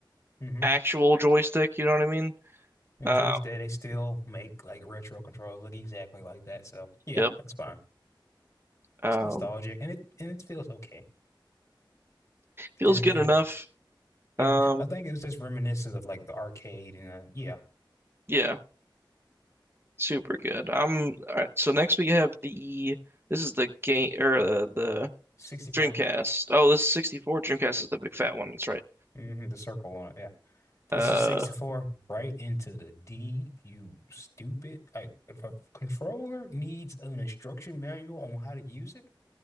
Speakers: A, on the left; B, on the right.
A: mm hmm
B: actual joystick, you know what I mean?
A: And
B: Um,
A: to this day, they still make like retro controllers look exactly like that. So yeah,
B: yep.
A: it's fine.
B: Um,
A: It's nostalgic and it and it feels okay.
B: feels
A: Duh,
B: good
A: duh,
B: enough.
A: duh. Yeah,
B: Um,
A: I think it was just reminiscent of like the arcade and uh, yeah,
B: yeah. Super good. I'm all right. So next we have the this is the game or uh, the
A: 64.
B: Dreamcast. Oh, this is 64. Dreamcast is the big fat one. That's right.
A: hmm the circle on it. Yeah, this
B: Uh,
A: is 64 right into the D. You stupid! Like if a controller needs an instruction manual on how to use it,